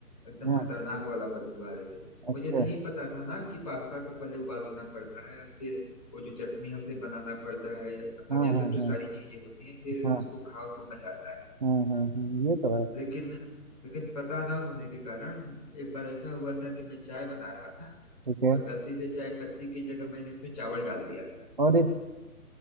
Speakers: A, on the left; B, on the right.
A: एकदम
B: हाँ
A: खतरनाक वाला बदबू आ रही थी
B: अच्छा
A: मुझे नहीं पता था ना कि पास्ता को पहले उबालना पड़ता है फिर वो जो चटनी है उसे बनाना पड़ता है मतलब
B: हाँ
A: यह
B: हाँ
A: सब जो
B: हाँ
A: सारी चीजें होती हैं फिर
B: हाँ
A: उसको खाओ तो मजा आता है
B: हाँ हाँ हाँ, ये तो है
A: लेकिन लेकिन पता ना होने के कारण एक बार ऐसा हुआ था कि मैं चाय बना रहा था
B: ठीक है
A: और गलती से चाय पत्ती की जगह मैंने इसमें चावल डाल दिया था
B: और ये-